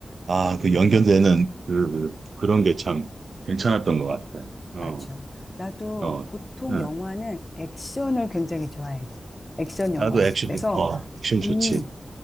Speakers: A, on the right (about 80°); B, on the left (about 30°).
A: 아, 그 연결되는 그 그런 게 참 괜찮았던 것 같아. 어,
B: 맞아. 나도
A: 어,
B: 보통
A: 응.
B: 영화는 액션을 굉장히 좋아해. 액션 영화.
A: 나도 액션,
B: 그래서,
A: 어, 액션 좋지.
B: 음,